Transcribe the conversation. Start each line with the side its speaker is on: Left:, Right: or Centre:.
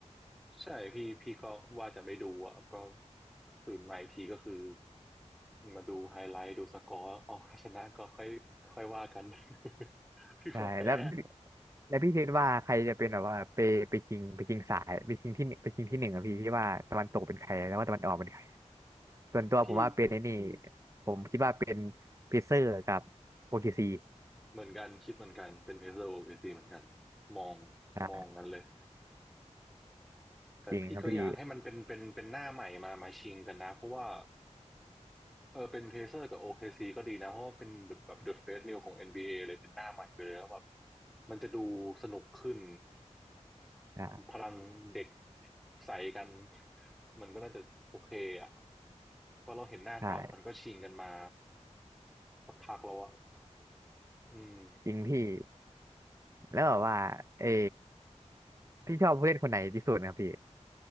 Centre: ใช่พี่พี่ก็ว่าจะไม่ดูอ่ะก็ตื่นมาอีกทีก็คือมาดูไฮไลท์ดูสกอร์อ๋อชนะก็ค่อยค่อยว่ากัน <laughs> พี่ก็แพ้
Right: ใช่แล้วแล้วพี่คิดว่าใครจะเป็นแบบว่าไปไปชิงไปชิงสายไปกิงที่หนึ่งไปชิงที่หนึ่งอะพี่พี่ว่าตะวันตกเป็นใครแล้วว่าตะวันออกเป็นใครส่วนตัวผมว่าเป็นไอ้นี่
Centre: พี่
Right: ผมคิดว่าเป็นเพเซอร์กับโอเคซี
Centre: เหมือนกันคิดเหมือนกันเป็นเพเซอร์โอเปซีเหมือนกันมอง
Right: อ่า
Centre: มองกันเลย แต่พี่ก็อยากให้มันเป็นเป็นเป็นหน้าใหม่มามาชิงกันนะเพราะว่า
Right: จริงครับพี่
Centre: เออเป็นเ a เซอร์กับ OKC ก็ดีนะเพราะว่าเป็นแบบเดอะเฟสนิวของ NBA เลยเป็นหน้าใหม่ไปเลยแล้วแบบมันจะดูสนุกขึ้น
Right: อ่า
Centre: พลังเด็กใส่กันมันก็น่าจะโอเคอ่ะเพราะเราเห็นหน้าเก่ามันก็ชิงกันมา
Right: ใช่
Centre: สักพักแล้วอ่ะอืม
Right: จริงพี่แล้วแบบว่าเออพี่ชอบผู้เล่นคนไหนที่สุดนะครับพี่